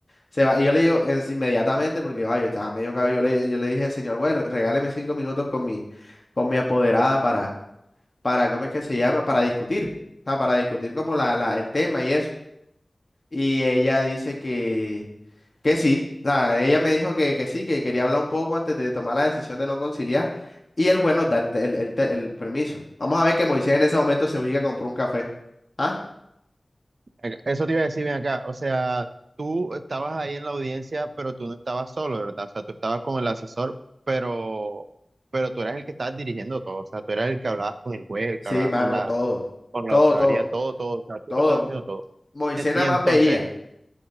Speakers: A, on the left (about 40°); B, on the right (about 85°).
A: Se va. Y yo le digo es inmediatamente, porque ay, yo estaba medio cabello. Yo le, yo le dije, señor juez, re- regáleme cinco minutos con mi, con mi apoderada para, para, ¿cómo es que se llama? Para discutir. O sea, para discutir como la, la, el tema y eso. Y ella dice que, que sí. O sea, ella me dijo que, que sí, que quería hablar un poco antes de tomar la decisión de no conciliar. Y el juez nos da el, te- el- el te- el permiso. Vamos a ver que Moisés en ese momento se ubica a comprar un café. Ah,
B: Acá- Eso te iba a decir bien acá, o sea, tú estabas ahí en la audiencia, pero tú no estabas solo, ¿verdad? O sea, tú estabas con el asesor, pero, pero tú eras el que estabas dirigiendo todo, o sea, tú eras el que hablabas con el juez, el
A: sí,
B: que hablaba
A: mano,
B: con la,
A: todo.
B: con
A: Todo,
B: la usuaria,
A: todo,
B: todo, todo, o sea, tú
A: todo.
B: lo estabas
A: Mo-
B: haciendo todo.
A: Moisés
B: En- Y
A: nada
B: entonces,
A: más veía.